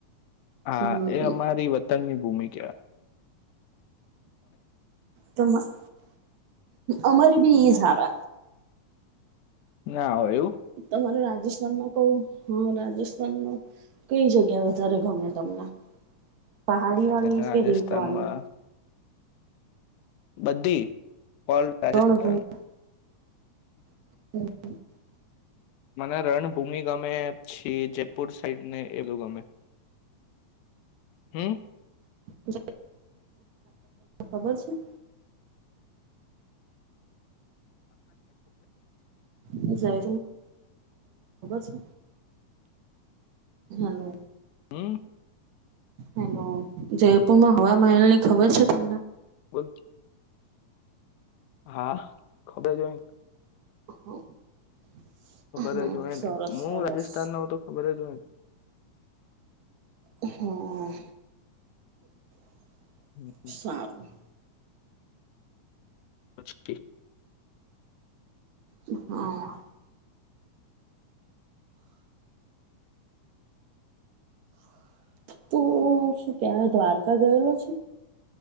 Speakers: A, on the left; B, on the right.
A: હા
B: હમ
A: એ
B: હમ
A: અમારી વતનની ભૂમિકા.
B: તમા અમારી બી ઇજ આવે.
A: ના હોય એવું?
B: તમારે રાજસ્થાનમાં કઈ હા રાજસ્થાનમાં કઈ જગ્યા વધારે ગમે તમને? પહાડીવાળી
A: રાજસ્થાનમાં
B: કે રેતવાળી?
A: બધી. ઓલ રાજસ્થાન.
B: રણભૂમિ <inaudible>
A: મને રણભૂમિ ગમે છી જયપુર સાઈડ ને એવુ ગમે. હમ્મ?
B: <inaudible> ખબર છે? <inaudible> ખબર છે? હલો.
A: હમ્મ.
B: હલો. જયપુરમાં હવા મહેલની ખબર છે તમને?
A: બોલ હા, ખબર જ હોય ન.
B: <inaudible>
A: ખબર
B: હમ
A: જ હોય
B: સરસ
A: ને હું
B: સરસ
A: રાજસ્થાનનો હો તો ખબર જ હોય ને.
B: હમ્મ. <inaudible>
A: ને.
B: સારું. <inaudible>
A: <inaudible>
B: <inaudible> હા. તું શું કે દ્વારકા ગયેલો છે?